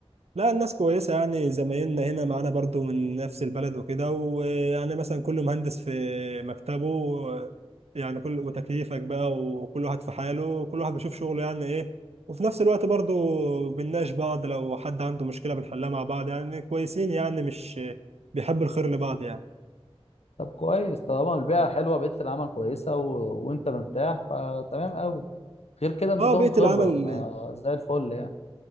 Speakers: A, on the right (about 80°); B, on the left (about 85°).
A: لا الناس كويسة يعني زمايلنا هنا معانا برضو من نفس البلد وكده ويعني مثلا كل مهندس في مكتبه يعني كل وتكييفك بقى وكل واحد في حاله كل واحد بيشوف شغله يعني ايه وفي نفس الوقت برضو بنناقش بعض لو حد عنده مشكلة بنحلها مع بعض يعني كويسين يعني مش بيحب الخير لبعض يعني
B: طب كويس طالما البيئة حلوة بيئة العمل كويسة و... وانت مرتاح فتمام قوي غير كده انت
A: اه
B: تاخد
A: بيئة
B: خبرة
A: العمل
B: فزي الفل يعني